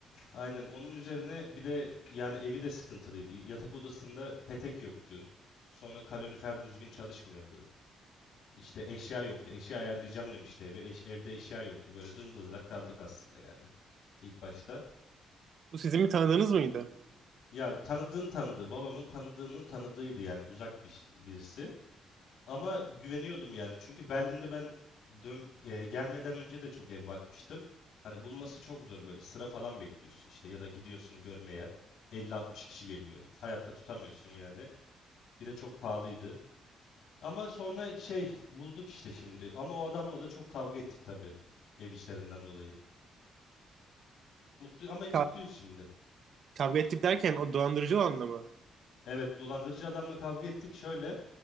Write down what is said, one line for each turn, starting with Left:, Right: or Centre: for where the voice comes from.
Left: Aynen onun üzerine bir de yani evi de sıkıntılıydı. Yatak odasında petek yoktu. Sonra kalorifer düzgün çalışmıyordu. İşte eşya yoktu. Eşya ayarlayacağım demişti eve. Eş- evde eşya yoktu. Böyle dımdızlak kaldık aslında yani ilk başta.
Right: Bu sizin mi tanıdığınız mıydı?
Left: Ya tanıdığın tanıdığı, babamın tanıdığının tanıdığıydı yani uzak bir, birisi. Ama güveniyordum yani. Çünkü Berlin'de ben dön e, gelmeden önce de çok ev bakmıştım. Hani bulması çok zor böyle. Sıra falan bekliyorsun işte ya da gidiyorsun görmeye. elli altmış kişi geliyor. Hayatta tutamıyorsun yani. Bir de çok pahalıydı. Ama sonra şey bulduk işte şimdi. Ama o adamla da çok kavga ettik tabii. Ev işlerinden dolayı. Mutlu ama mutluyuz
Right: Ka-
Left: şimdi.
Right: Kavga ettik derken o dolandırıcı olanla mı?
Left: Evet dolandırıcı adamla kavga ettik. Şöyle